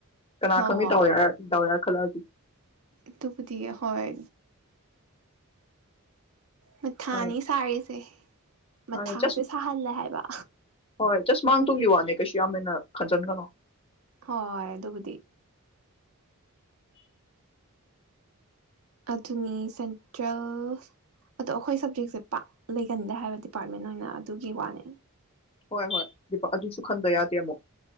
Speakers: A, on the left; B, on the right.
A: ꯀꯅꯥ
B: ꯍꯣꯏ
A: ꯈꯪꯅꯤ
B: ꯍꯣꯏ
A: ꯇ ꯇ ꯈꯜꯂꯛꯑꯗꯤ
B: ꯑꯗꯨꯕꯨꯗꯤ ꯍꯣꯏ ꯃꯊꯥꯅꯤ
A: ꯃꯥꯅꯦ
B: ꯁꯥꯔꯤꯁꯦ ꯃꯊꯥꯁꯦ
A: ꯃꯥꯅꯦ ꯖꯁ
B: ꯁꯥꯍꯜꯂꯦ ꯍꯥꯏꯕ
A: ꯍꯣꯏ ꯖꯁ ꯃꯥꯡ ꯇꯨꯡꯒꯤ ꯋꯥꯅꯦ ꯀꯩꯁꯨ ꯌꯥꯝ ꯍꯦꯟꯅ ꯈꯟꯖꯟꯒꯅꯣ
B: ꯍꯣꯏ ꯑꯗꯨꯕꯨꯗꯤ ꯑꯗꯨꯅꯤ ꯁꯦꯟꯇ꯭ꯔꯦꯜ ꯑꯗꯣ ꯑꯩꯈꯣꯏ ꯁꯞꯖꯦꯛꯁꯦ ꯄꯥꯛ ꯂꯩꯒꯟꯗꯦ ꯍꯥꯏꯕ ꯗꯤꯄꯥꯔꯠꯃꯦꯟ ꯑꯣꯏꯅ ꯑꯗꯨꯒꯤ ꯋꯥꯅꯦ
A: ꯍꯣꯏ ꯍꯣꯏ ꯑꯗꯨꯁꯨ ꯈꯟꯗ ꯌꯥꯗꯦ ꯑꯃꯨꯛ